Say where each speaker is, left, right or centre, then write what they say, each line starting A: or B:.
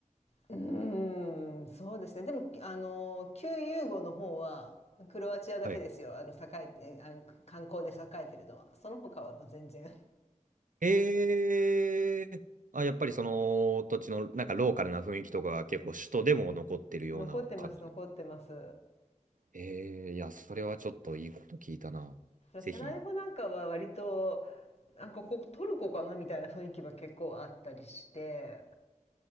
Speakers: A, on the left; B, on the right.
A: うーん、そうですね。でも、あの、旧ユーゴの方は、クロアチアだけですよ。
B: はい。
A: あの、栄えて、あの、観光で栄えてるのは。その他はもう全然。
B: えー、あ、やっぱりその土地のなんかローカルな雰囲気とかが結構首都でも残ってるような感じ。
A: <laughs> 残ってます、残ってます。
B: ええいや、それはちょっといいこと聞いたな。ぜひ。
A: サラエボなんかは割となんかここトルコかなみたいな雰囲気は結構あったりして